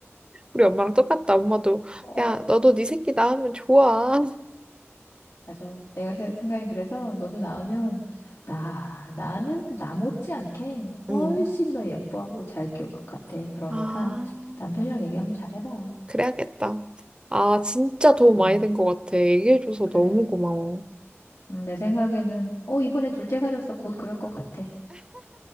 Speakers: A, on the right (about 20°); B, on the left (about 85°).
A: 우리 엄마랑 똑같다. 엄마도
B: 어,
A: 야, 너도 네 새끼 낳으면 좋아. <laughs>
B: 맞아. 내가 세- 생각이 그래서 너도 낳으면 나 나는 나 못지않게 훨씬
A: 응.
B: 더 예뻐하고 잘 키울 것 같아. 그러니까
A: 아,
B: 남편이랑 얘기 한번 잘 해봐.
A: 그래야겠다. 아, 진짜
B: 그래.
A: 도움 많이 된 것 같아. 얘기해줘서
B: 그래.
A: 너무 고마워.
B: 음, 내 생각에는 어 이번에 둘째 가졌어. 곧 그럴 것 같아.